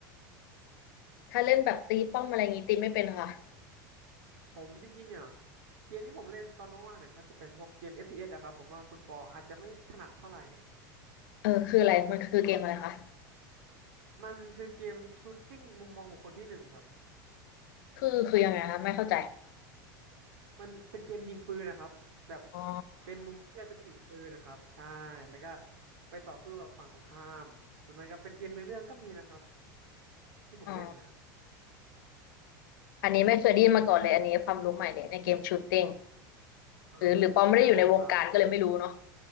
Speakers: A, on the left; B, on the right.
A: ถ้าเล่นแบบตีป้อมอะไรงี้ตีไม่เป็นค่ะ
B: ผมจริงๆเนี่ยเกมที่ผมเล่นตอนว่างๆเนี่ยก็จะเป็นพวกเกม FPS นะครับผมว่าคุณปออาจจะไม่ถนัดเท่าไหร่
A: เออคืออะไรมันคือเกมอะไรคะ
B: มันคือเกมชูตติ้งมุมมองบุคคลที่หนึ่งครับ
A: คือคือยังไงคะไม่เข้าใจ
B: มันเป็นเกมยิงปืนนะครับแบบ
A: อ๋อ
B: เป็นมุมมองที่เราจะถือปืนนะครับใช่แล้วก็ไปต่อสู้กับฝั่งตรงข้ามแล้วมันก็เป็นเกมเนื้อเรื่องก็มีนะครับที่ผมเล่นเนี่ย
A: อ๋ออันนี้ไม่เคยได้ยินมาก่อนเลยอันนี้ความรู้ใหม่เลยในเกมชูตติ้ง
B: อ่า
A: หรือหรือปอไม่ได้อยู่ในวงการก็เลยไม่รู้เนาะ
B: ใช่ครับ